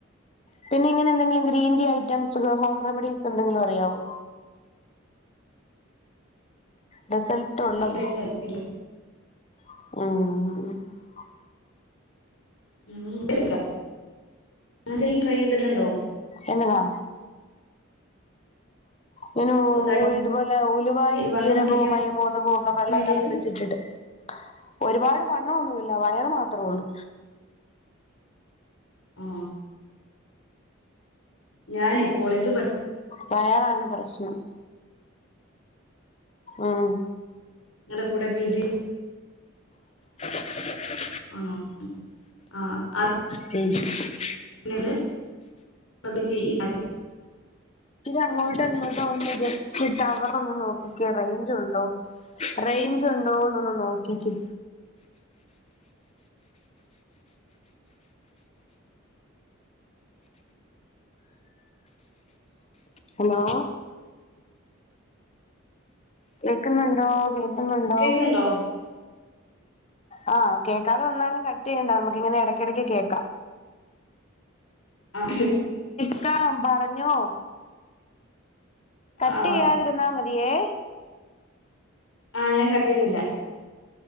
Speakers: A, on the left (about 30°); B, on the left (about 75°).
A: പിന്നെ ഇങ്ങനെ എന്തെങ്കിലും green tea items home remedies എന്തെങ്കിലും അറിയാവോ റിസൾട്ട് ഉള്ളത്
B: എന്തായിട്ട് അറിയത്തില്ല
A: ഉഹ
B: <inaudible> അങ്ങനെ എന്തേലും ട്രൈ ചെയ്തിട്ടുണ്ടോ
A: എന്നതാ ഞാൻ ഇ
B: തടി
A: ഇതുപോലെ ഉലുവായും
B: വണ്ണം
A: ജീരകവും
B: കുറയ്ക്കാൻ
A: മയമോതകവും ഒക്കെ വെള്ളം
B: വേണ്ടിട്ട്
A: തിളപ്പിച്ചിട്ടിട്ട് ഒരുപാട് വണ്ണം ഒന്നുമില്ല വയർ മാത്രമേ ഉള്ളൂ
B: ആ ഞാനേ കോളേജ് പഠ
A: വയറാണ് പ്രശ്നം ആഹ്
B: ഞങ്ങളുടെ കൂടെ പി ജി
A: <inaudible>
B: ആണോ ആഹ് ആ
A: ഹ്മ്മ്
B: എന്നല അത് <inaudible>
A: അങ്ങോട്ടും ഇങ്ങോട്ട ഒന്ന് ഇത ടവർ ഒന്ന് നോക്കിക്കേ റേഞ്ച് ഉണ്ടോ റേഞ്ച് ഉണ്ടോന്ന് ഒന്ന് നോക്കിക്കേ ഹലോ കേക്കുന്നുണ്ടോ കേൾക്കുന്നുണ്ടോ
B: കേക്ക്ണ്ടോ
A: ആഹ കേൾക്കാതെ വന്നാലും കട്ട് ചെയ്യണ്ട നമുക്ക് ഇങ്ങനെ ഇടക്കിടക്ക് കേക്കാം
B: ആ <inaudible>
A: കേൾക്കാം പറഞ്ഞോ കട്ട്
B: ആഹ്
A: ചെയ്യാതെ ഇരുന്ന മതിയേ
B: ആഹ ഞാൻ കട്ട് ചെയുന്നില്ല